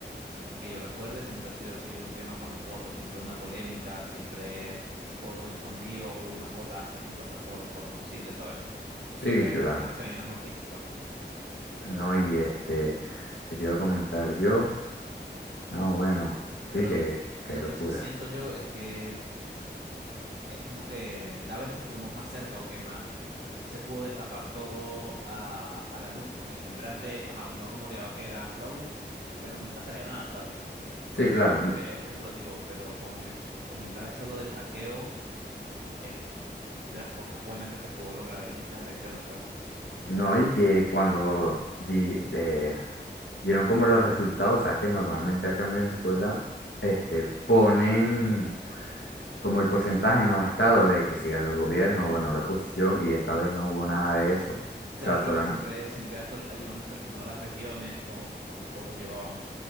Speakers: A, on the right; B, on the left.
A: que yo recuerde, siempre ha sido así un tema con los votos, siempre una polémica, siempre votos escondidos, urnas votadas que se encuentran por, por otros sitios, ¿sabes? Que siempre,
B: Sí, claro.
A: siempre se ven en las noticias, pues.
B: No, y este, que te iba a comentar yo, no, bueno, sí,
A: Pero
B: que, qué
A: lo
B: locura.
A: que sí siento yo es que es como que la vez que estuvimos más cerca o que más se pudo destapar todo a, a la luz, porque siempre antes ajá, uno rumoreaba que era fraude, pero nunca salía nada, ¿sabes?
B: Sí,
A: Todo
B: claro,
A: era como
B: n-
A: que especulativo, pero como me comentas eso lo del hackeo, es de las cosas buenas que se pudo lograr en estas elecciones, pues.
B: no, y que cuando di- de- dieron como los resultados, sabes que normalmente acá en Venezuela, este, ponen como el porcentaje en los estados de que si ganó el gobierno o ganó la oposición y esta vez no hubo nada de eso. O
A: Claro,
B: sea, solamente...
A: claro, siempre, siempre actuali- iban actualizando las regiones con cuántos votos llevaban.